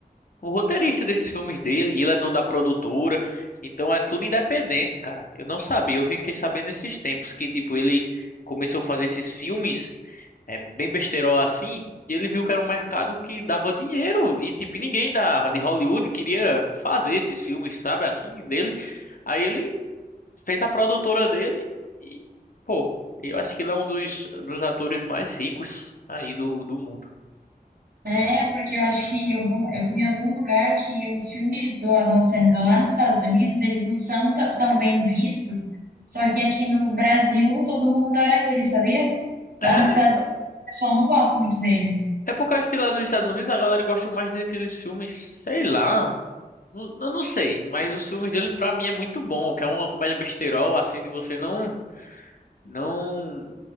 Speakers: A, on the left; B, on the right.
A: o roteirista desses filmes dele, ele é dono da produtora, então é tudo independente, cara. Eu não sabia, eu fiquei sabendo nesses tempos que, tipo, ele começou a fazer esses filmes, é, bem besterol assim, e ele viu que era um mercado que dava dinheiro, e, tipo, ninguém da, de Hollywood queria fazer esses filmes, sabe, assim, dele. Aí ele fez a produtora dele e, pô, eu acho que ele é um dos, dos atores mais ricos aí do, do mundo.
B: É, porque eu acho que eu vou, eu fui em algum lugar que os filmes do Adam Sandler lá nos Estados Unidos, eles não são tão tão bem vistos, só que aqui no Brasil todo mundo adora ele, sabia?
A: É,
B: Lá nos Estados Unidos o pessoal não gosta muito dele.
A: é porque eu acho que lá nos Estados Unidos a galera gosta mais daqueles filmes, sei lá. não- Eu não sei, mas os filmes deles pra mim é muito bom, que é uma comédia besterol, assim, de você não, não,